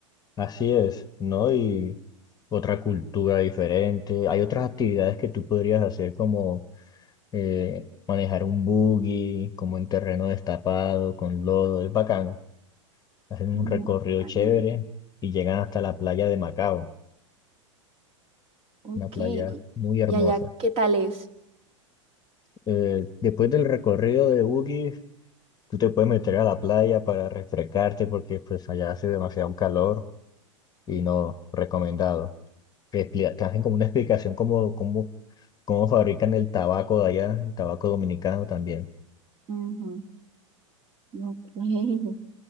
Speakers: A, on the left; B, on the right.
A: Así es, ¿no? Y otra cultura diferente. Hay otras actividades que tú podrías hacer como eh, manejar un buggy, como en terreno destapado, con lodo, es bacano. Hacen
B: Mm,
A: un recorrido
B: vale.
A: chévere y llegan hasta la playa de Macao,
B: Ok,
A: una playa muy hermosa.
B: ¿y allá qué tal es?
A: Eh, después del recorrido de buggy Tú te puedes meter a la playa para refrescarte porque pues allá hace demasiado calor y no recomendado. Te expli- te hacen como una explicación cómo, cómo, cómo fabrican el tabaco de allá, el tabaco dominicano también.
B: Ujú. <laughs> Ok.